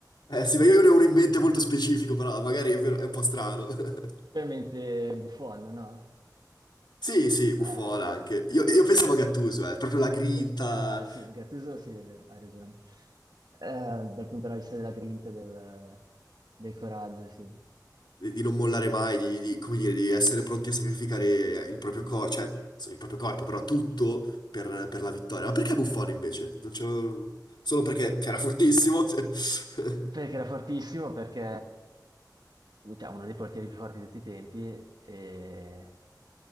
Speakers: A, on the left; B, on the right.
A: Eh sì, ma io ne ho uno in mente molto specifico, però magari è vero- è un po' strano. <laughs>
B: Tu hai in mente Buffon, no?
A: Sì, sì, Buffon
B: Eh,
A: anche. Io, io pensavo a Gattuso, eh, proprio la grinta.
B: Eh, Ah, sì, Gattuso, sì, è vero, hai ragione. Eh, dal punto di vista della grinta, e del, del coraggio, sì.
A: di, di non mollare mai, di, di- come dire, di essere pronti a sacrificare il proprio corpo, cioè so, il proprio corpo, però tutto per, per la vittoria. Ma perché Buffon invece? Non c'è- Solo perché era fortissimo. cioè. <laughs>
B: Perché era fortissimo, perché cioè, uno dei portieri più forti di tutti i tempi, e,